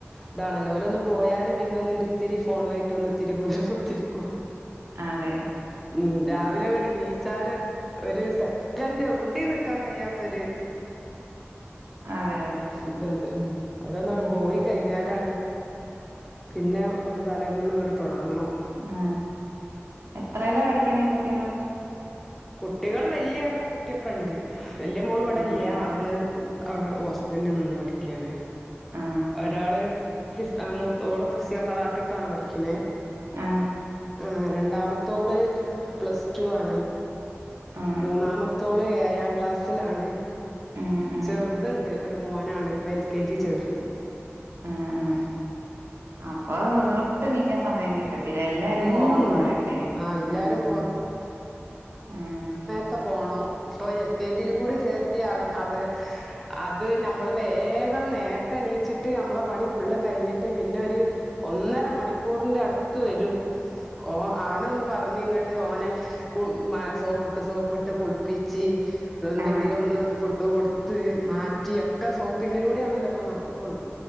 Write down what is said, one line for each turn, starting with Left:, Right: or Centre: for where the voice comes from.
Centre: ഇതാണല്ലോ. ഓലൊന്ന് പോയാല് പിന്നെ ഒന്ന് ഒരിത്തിരി ഫോൺ ആയിട്ട് ഒന്ന് ഒത്തിരി പോലെ കുത്തിരിക്കും.
Right: അതെ
Centre: ഉം രാവിലെ ഇങ്ങട്ട് നീച്ചാല് ഒരു ഒരു സെക്കൻഡ് എവി ടിം നിക്കാൻ കഴിയാത്തൊരു
Right: അതെ അതെ
Centre: ഇതാണ്. ഉം അവരൊന്നണ്ട്
Right: ഉം
Centre: പോയി കഴിഞ്ഞ ഞ്ഞാലാണ് പിന്നെ ഒരു തലേമന്ന് ഇങ്ങട്ട് തൊടങ്ങണം.
Right: ആ എത്രേലാ. പഠിക്ക്ണെ കുട്ട്യേള്.
Centre: കുട്ടികള് വല്യ കുട്ട്യാെക്കെ ഇണ്ട്. വല്യ മോള് ഇവ്ടെ
Right: ആ
Centre: ഇല്ല. അവള് അവള് ഹോസ്റ്റല് നിന്ന് പഠിക്ക്യാണ്.
Right: ആ
Centre: ഒരാള് ഫി <unintelligible> മൂ ഓള് ഫിസിയോതെറാപ്പിക്കാണ് പഠിക്ക്ണെ
Right: ആ
Centre: ആ രണ്ടാമത്തോള് പ്ലസ് ടു ആണ്.
Right: ആ ആ
Centre: മൂന്നാമത്തോള് ഏയാം ക്ലാസ്സിലാണ്.
Right: ഉം ഉം
Centre: ചെറ്ത്ണ്ട്. ഒരു മോനാണ്. ഇപ്പൊ എൽ കെ ജി ചേർത്തി.
Right: ആ. ആ. അപ്പൊ ഒട്ട് നീക്ക സമയം കിട്ടത്തില്ല. എല്ലാരും
Centre: ഉം
Right: പോകുന്നോരല്ലെ.
Centre: ആ എല്ലാരും
Right: ഏഹ്. ഏഹ്
Centre: ത്തെ പോണോ. ഇപ്പൊ എൽ കെ ജിയിലും കൂടി ചേർത്തി അവൻ അവ അത് നമ്മൾ വേഗം നേരത്തെ എണീച്ചിട്ട് അമ്മളെ പണി ഫുള്ള് കഴിഞ്ഞിട്ട് പിന്നെ ഒര് ഒന്നര മണിക്കൂറിന്റെ അടുത്ത് വെരും. ഓ അവനെ ഒന്ന് പറഞ്ഞി ഇങ്ങട്ട് ഓനെ കു സോപ്പിട്ട് സോപ്പിട്ട് കുളി പിച്ചി അതോടെങ്കിലും
Right: ആ
Centre: ഒന്ന് ഫുഡ് കൊടു ത്ത് മാറ്റി ഒക്കെ സോപ്പിങ്ങിലൂടെ ആണല്ലോ ഇപ്പ നടക്കൊള്ളു.